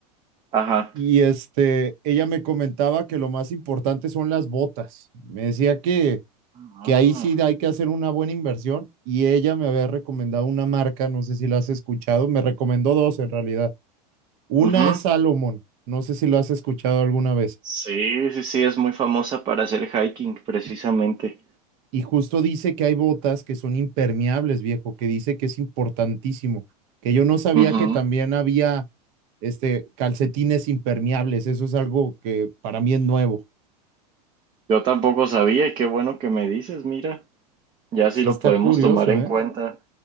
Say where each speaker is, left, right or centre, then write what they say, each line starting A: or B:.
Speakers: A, on the right; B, on the right.
A: Ajá.
B: Y este, ella me comentaba que lo más importante son las botas. Me decía que
A: Ah,
B: que ahí sí hay que hacer una buena inversión y ella me había recomendado una marca, no sé si la has escuchado, me recomendó dos en realidad. Una
A: ujú.
B: es Salomon, no sé si lo has escuchado alguna vez.
A: Sí, sí, sí, es muy famosa para hacer hiking, precisamente.
B: Y justo dice que hay botas que son impermeables, viejo, que dice que es importantísimo, que yo no sabía
A: Ujú.
B: que también había este calcetines impermeables, eso es algo que para mí es nuevo.
A: Yo tampoco sabía y qué bueno que me dices, mira, ya sí
B: Sí
A: lo
B: está
A: podemos
B: curioso,
A: tomar en
B: ¿eh?
A: cuenta.